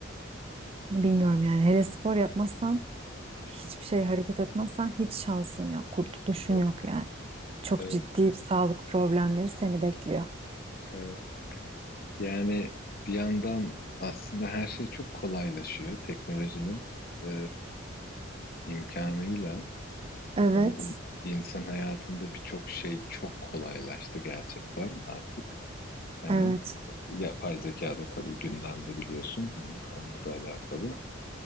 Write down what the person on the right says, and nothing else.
Bilmiyorum yani hele spor yapmazsan hiçbir şey hareket etmezsen hiç şansın yok. Kurtuluşun
yok yani. Çok
ciddi sağlık problemleri seni bekliyor.
Evet.
Evet.